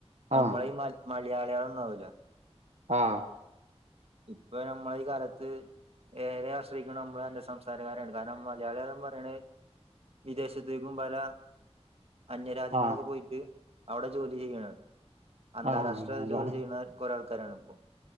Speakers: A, on the right; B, on the right.
A: ആഹ്
B: നമ്മള <unintelligible> മയാളികളൊന്നുംാവില്ല
A: ആഹ
B: ഇപ്പൊ നമ്മള കാലത്ത് ഏറെ ആശ്രയിക്കണ ന എന്റെ സംസാരകാരാണ് കാരണം മലയാളികന്ന് പറയണ വിദേശത്തേക്കും പല അന്യരാജ്യങ്ങളൊക്കെ
A: ആഹ്
B: പോയിട്ട് അവിടെ ജോലി ചെയ്യണ അന്താരാഷ്ട്ര
A: ആഹ് അങ്ങനെയാണ്
B: ജോലി ചെയ്യുന്ന കുറെ ആൾക്കാരാണ് ഇപ്പോൊ